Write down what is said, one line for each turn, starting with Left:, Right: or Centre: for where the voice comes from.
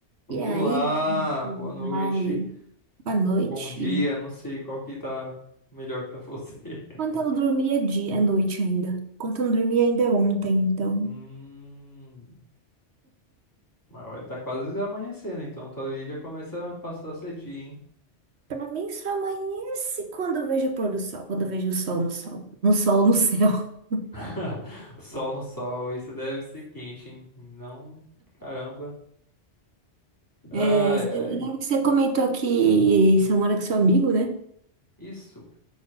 Left: Olá,
Right: E aí, como é que
Left: boa noite,
Right: vai? Boa noite.
Left: ou bom dia, não sei qual que tá melhor pra você. <laughs>
Right: Quando eu não dormi é dia, é noite ainda. Quando eu não dormi ainda é ontem, então.
Left: Hum, mas olha, tá quase amanhecendo, então talvez já comece a passar cedinho, hein?
Right: Pra mim só amanhece quando eu vejo o pôr do sol, quando eu vejo o sol no sol, no sol no céu. <laughs>
Left: <laughs> Sol no sol, isso deve ser quente, hein? Não, caramba. Ai,
Right: É, cê-
Left: ai.
Right: né, você comentou que você mora com seu amigo, né?
Left: Isso, o